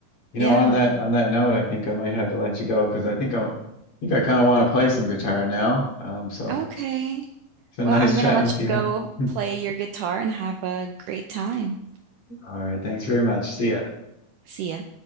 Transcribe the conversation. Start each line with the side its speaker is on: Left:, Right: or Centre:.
Left: you
Right: yeah.
Left: know on that on that note I think I might have to let you go because I think I'm I think I kind of want to play some guitar now um so
Right: Okay.
Left: it's been
Right: Well,
Left: nice
Right: I'm gonna
Left: chatting
Right: let
Left: with
Right: you
Left: you
Right: go
Left: <laughs>
Right: play your guitar and have a great time.
Left: all right thanks very much see ya
Right: See ya.